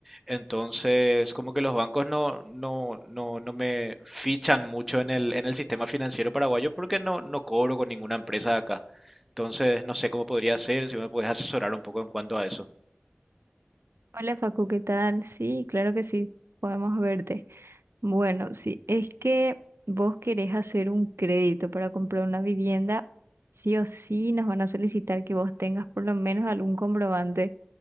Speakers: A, in the centre; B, on the right.
A: Entonces, como que los bancos no, no, no, no me fichan mucho en el, en el sistema financiero paraguayo porque no, no cobro con ninguna empresa de acá. Entonces, no sé cómo podría ser, si me puedes asesorar un poco en cuanto a eso.
B: Hola Facu, ¿qué tal? Sí, claro que sí, podemos verte. Bueno, sí, es que vos querés hacer un crédito para comprar una vivienda, sí o sí nos van a solicitar que vos tengas por lo menos algún comprobante